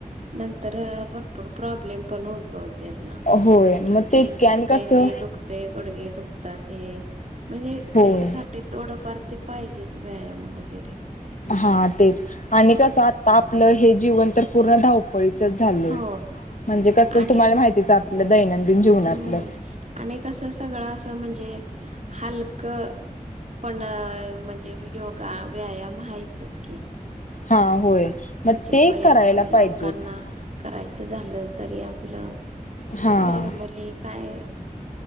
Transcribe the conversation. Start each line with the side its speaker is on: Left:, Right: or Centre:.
Right: नंतर भरपूर प्रॉब्लेम पण उद् बवत त्यांना
Left: होय मग तेच
Right: हे
Left: की
Right: दुखतय
Left: आणि कसं
Right: ते दुख ते गुडगे दुखतात हे म्हणजे
Left: होय
Right: त्याच्यासाठी थोडंफार ते पाहिजेच व्यायाम वगैरे
Left: हा तेच आणि कसं आता आपलं हे जीवन तर पूर्ण धावपळीच झा म्हणजे
Right: हो
Left: कस
Right: आणि
Left: तुम्हाला माहितीच आपलं दैनंदिन जीवनातलं.
Right: हम्म आणि कस असं सगळं असं म्हणजे हलकं पण म्हणजे योगा व्यायाम आहेतच की.
Left: हा होय. मग
Right: म्हणजे
Left: ते
Right: वयस्कर
Left: करायला
Right: लोकांना
Left: पाहिजेत
Right: करायचं झालं तरी आपलं
Left: हा
Right: नॉर्मली काय